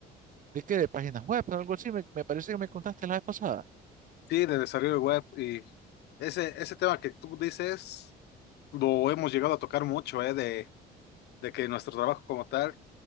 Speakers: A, on the right; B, on the left.
A: ¿de qué? De páginas web, algo así, me, me parece que me contaste la vez pasada.
B: Sí, de desarrollo web y ese, ese tema que tú dices lo hemos llegado a tocar mucho, ¿eh? De, de que nuestro trabajo como tal